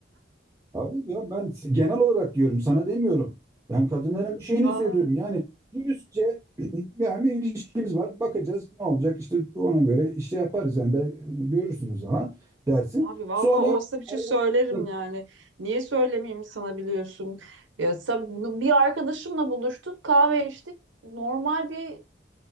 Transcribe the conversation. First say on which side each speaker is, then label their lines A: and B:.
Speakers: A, on the right; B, on the right.
A: Hayır ya ben genel olarak diyorum sana demiyorum. Ben kadınların
B: <laughs>
A: bir şeyini
B: Ay,
A: söylüyorum. Yani dürüstçe <clears throat> yani bir ilişkimiz var bakacağız ne olacak işte ona göre işte yaparız yani ben, görürsünüz ama dersin.
B: abi vallahi
A: Sonra
B: olsa bir şey
A: ayrılırsın.
B: söylerim yani. Niye söylemeyeyim sana biliyorsun. Ya sen- bir arkadaşımla buluştuk, kahve içtik. Normal bir